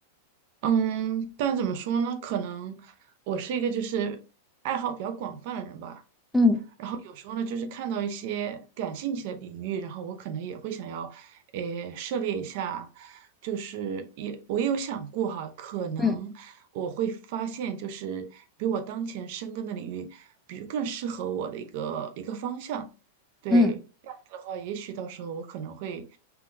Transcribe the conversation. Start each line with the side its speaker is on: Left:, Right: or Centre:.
Right: 嗯，但怎么说呢？可能我是一个就是爱好比较广泛的人吧，
Centre: 嗯
Right: 然后有时候呢，就是看到一些感兴趣的领域，然后我可能也会想要，诶，涉猎一下。就是也我也有想过哈，可能我会发现，
Centre: 嗯
Right: 就是比我当前深耕的领域，比如更适合我的一个一个方向。对，
Centre: 嗯
Right: 这样子的话，也许到时候我可能会